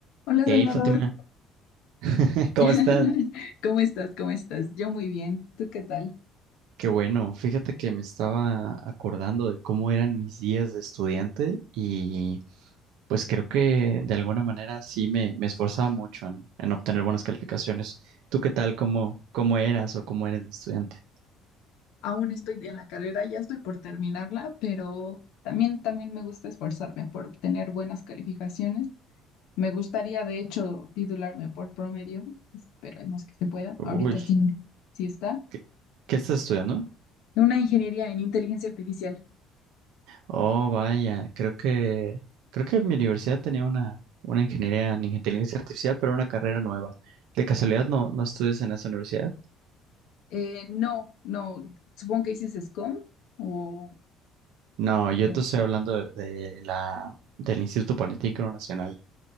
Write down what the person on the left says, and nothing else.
Hola
Salvador,
<laughs>
¿cómo estás? ¿Cómo estás? Yo muy bien, ¿tú qué tal?
Aún estoy en la carrera, ya estoy por terminarla, pero también, también me gusta esforzarme por obtener buenas calificaciones. Me gustaría, de hecho, titularme por promedio, esperemos que se pueda,
ahorita sí, sí está.
Una ingeniería en inteligencia artificial.
Eh, no, no, supongo que dices SCOM o...
o-